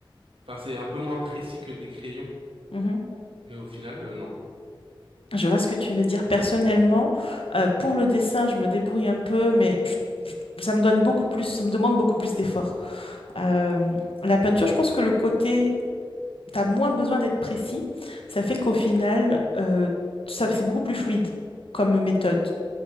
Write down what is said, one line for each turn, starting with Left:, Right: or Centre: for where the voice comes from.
Right: Enfin, c'est un peu moins précis que des crayons,
Left: Mhm.
Right: mais au final, euh, non,
Left: Je vois ce que tu veux dire. Personnellement, euh, pour le dessin, je me débrouille un peu, mais je- ça me donne beaucoup plus, ça me demande beaucoup plus d'efforts. Euh, la peinture, je pense que le côté, tu as moins besoin d'être précis. Ça fait qu'au final, euh, ça, c'est beaucoup plus fluide comme méthode.